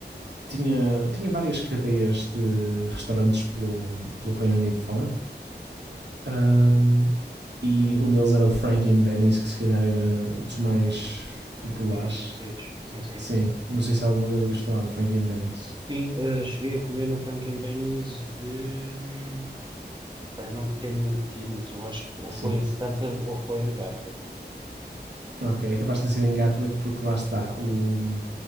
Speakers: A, on the right; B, on the right.
A: tinha, tinha várias cadeias de restaurantes pelo, pelo Reino Unido fora. Ahm, e um deles era o Frankie and Benny's, que se calhar era dos mais populares.
B: os mais conhecidos. Sim, sim.
A: Sim, não sei se alguma vez ouviste falar do Frankie and Benny's.
B: Sim, eh, cheguei a comer no Frank and Benny's de. Pá, eu não te quero mentir, mas eu acho que ou
A: Sim,
B: foi em Santa ou foi em Gatwick.
A: ok, é capaz de ter sido em Gatwick porque lá está o...